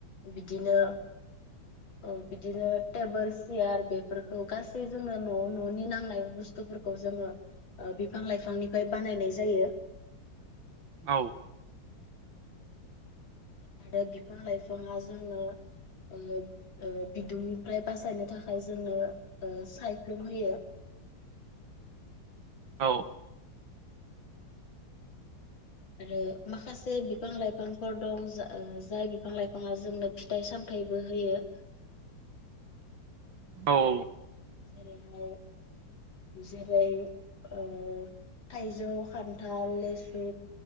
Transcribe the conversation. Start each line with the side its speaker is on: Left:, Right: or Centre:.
Left: बिदिनो औ बिदिनो टेबोल सियार बेफोरखौ गासै जोंनो न'आव न'नि नांनाय बुस्थुफोरखौ खौ जोङो बिफां ओ लाइफांनिफ्राय बानायनाय जायो।
Right: औ
Left: आरो बिफां लाइफाङा जोंझे ओओ बिदुंनिफ्राय बासायनो थाखाय जोंनो ओ सायख्लुम होयो।
Right: औ
Left: उम <inaudible> आरो माखासे बिफां लाइफांफोर दं जाय बिफां लाइफाङा जोंनो फिथाइ- सामथायाइबो होयो।
Right: औ औ
Left: जेरैहाय जेरै ओ थाइजौ, खान्थाल, लेसु